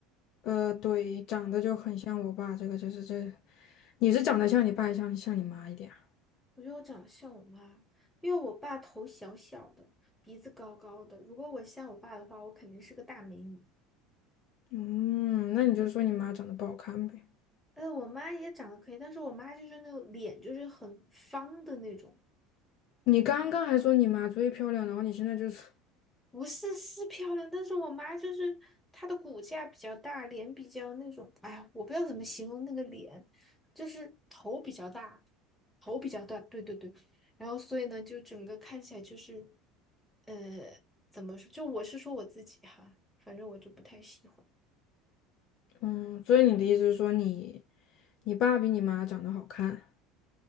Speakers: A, on the left; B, in the centre.
A: 呃，对，长得就很像我爸，这个就是这，你是长得像你爸，像像你妈一点啊
B: 我觉得我长得像我妈，因为我爸头小小的，鼻子高高的。如果我像我爸的话，我肯定是个大美女。
A: 嗯，那你就说你妈长得不好看呗。
B: 哎，我妈也长得可以，但是我妈就是那个脸就是很方的那种，
A: 你刚刚还说你妈最漂亮，然后你现在就是，
B: 不是是漂亮，但是我妈就是她的骨架比较大，脸比较那种，哎呀，我不知道怎么形容那个脸，就是头比较大，头比较大，对对对，然后所以呢，就整个看起来就是，呃，怎么说？就我是说我自己哈，反正我就不太喜欢。
A: 嗯，所以你的意思是说你你爸比你妈长得好看，